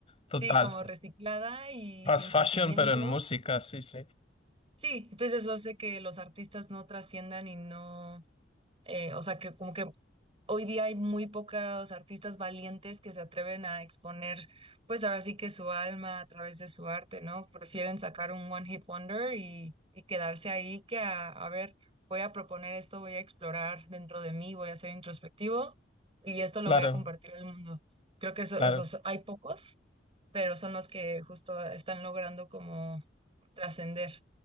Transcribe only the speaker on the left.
total.
Fast
fashion,
pero en música, sí, sí.
Claro,
claro.